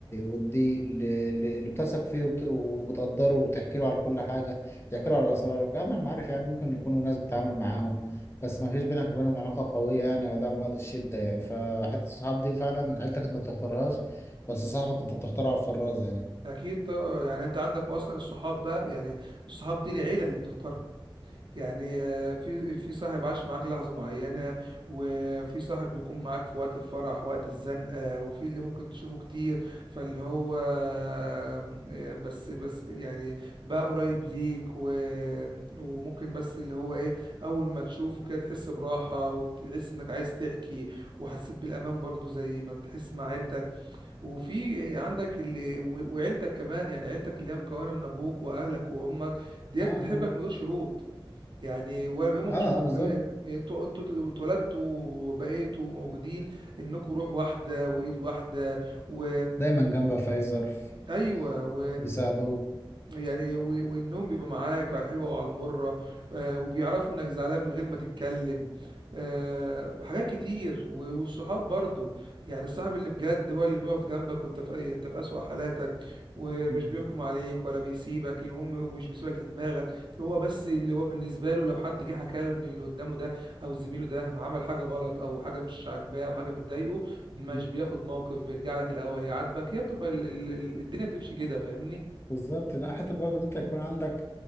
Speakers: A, on the left (about 30°); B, on the right (about 60°).
A: والضيق اللي اللي- اللي بتثق فيه وبت- وبتقدره وبتحكي له على كل حاجة تحكي له على أسرارك أما المعارف يعني ممكن يكونوا ناس بتتعامل معاهم بس ما فيش بينك وبينهم علاقة قوية يعني أو دعم وقت الشدة يعني فحتى الصحاب دي فعلا عيلتك أنت ما بتختارهاش بس صاحبك أنت بتختاره على الفرازة يعني
B: اكيد طبعاً، يعني انت عندك اصلا الصحاب بقى يعني الصحاب دي العيلة اللي بتختارها يعني آه، في في صاحب عاش معاك لحظة معينة وفي صاحب بيكون معاك في وقت الفرح وقت الزنقة وفي اللي ممكن تشوفه كتير فاللي هو آه، بس بس يعني بقى قريب ليك و- وممكن بس اللي هو ايه اول ما تشوفه كده تحس براحة وتحس انك عايز تحكي وحسيت بالامان برضو زي ما تحس مع عيلتك وفي عندك اللي و- وعيلتك كمان يعني عيلتك اللي هي مكونة من ابوك واهلك وامك ديت
A: اه اه
B: بتحبك من غير شروط يعني ولا هما
A: اه,
B: مش مك...
A: آه بالظبط
B: يعني يعني انتوا انتوا اتولدتوا وبقيتوا موجودين انكم روح واحده وايد واحده و
A: دايما جنبك في اي ظرف
B: ايوه و...
A: بيساعدوك
B: يعني و- والنوم بيبقى معاك على الحلوة وعلى المرة آه، وبيعرفوا انك زعلان من غير ما تتكلم آه، حاجات كتير و- والصحاب برضو يعني الصاحب اللي بجد هو اللي بيقف جنبك وانت في اي انت في اسوأ حالاتك ومش
A: مم.
B: بيحكم عليك ولا بيسيبك المهم ومش بيسيبك لدماغك هو بس اللي هو بالنسبة له لو حد جه حكى له ان اللي قدامه ده او زميله ده عمل حاجة غلط او حاجة مش عاجباه او حاجة بتضايقه مش
A: مم.
B: بياخد موقف بيرجع لك الاول يعاتبك هي بتبقى ال- ال- ال- الدنيا بتمشي كده فاهمني
A: بالظبط لا حتى برضه إن انت يكون عندك